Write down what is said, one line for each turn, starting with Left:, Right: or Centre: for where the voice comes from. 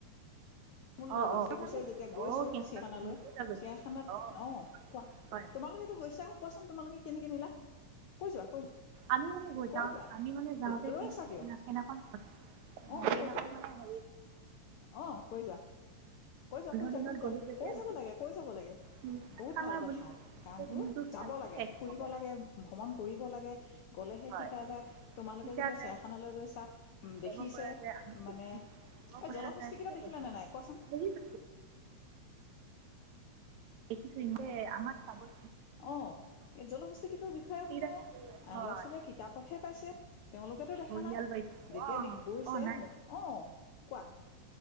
Left: মূল লৈ
Right: অঁ
Left: গৈছে।
Right: অঁ
Left: সেই পিচত
Right: আমি
Left: যেতিয়া গৈছোঁ
Right: অঁ সিহঁতক
Left: চিৰিয়াখানালৈ,
Right: পিন্ধিবলৈ লৈ গৈছিলোঁ
Left: চিৰিয়াখানাত,
Right: অঁ
Left: অ', কোৱা?
Right: হয়
Left: তোমালোকেতো গৈছা? কোৱাচোন তোমালোকে কেনেকে নিলা? কৈ যোৱা কৈ
Right: আমি মানে গৈ
Left: কৈ
Right: যাওঁ
Left: যোৱা
Right: আমি মানে যাওঁতে
Left: ৰৈ
Right: কি
Left: আছা কিয়
Right: সেইদিনাখন সেইদিনাখন
Left: অ কৈ যোৱা
Right: মানে হে।
Left: অ', কৈ যোৱা, কৈ যোৱা, কৈ যোৱা,
Right: দিনত
Left: কৈ যোৱা,
Right: গ'লোঁ যেতিয়া
Left: কৈ যাব লাগে, কৈ যাব লাগে,
Right: পিজ্জা
Left: বহুত
Right: খানা
Left: ভাল কথা
Right: বুলি
Left: কাৰণতো
Right: গোটেই দিনটো
Left: যাব
Right: খালেই
Left: লাগে
Right: শেষ
Left: ফুৰিব
Right: নহ'ব
Left: লাগে ভ্ৰমণ কৰিব লাগে গ'লেহে
Right: হয়
Left: শিকা যায় তোমালোকে
Right: শিকা
Left: যেতিয়া
Right: যায়
Left: চেয়াখানালৈ গৈছা উম,
Right: ক'ব
Left: দেখিছে
Right: পৰা যায়
Left: মানে
Right: আঁকিব পৰা
Left: জলহস্তী
Right: যায়
Left: কেইটা
Right: ঠিক
Left: দেখিলা
Right: আছে
Left: নে নাই কোৱাচোন?
Right: দেখিছোঁ দেখিছো দে আমাক চাবলৈ
Left: অহ, এই জলহস্তীটোৰ বিষয়ে মানে
Right: ৰাস
Left: ল'ৰা
Right: আছে হয়
Left: ছোৱালীয়ে কিতাপতহে পাইছে তেওঁলোকেতো দেখা
Right: ঘৰিয়াল
Left: নাই
Right: পাইছোঁ
Left: যেতিয়া
Right: অ
Left: দে গৈছে
Right: অ নাই
Left: অ', কোৱা।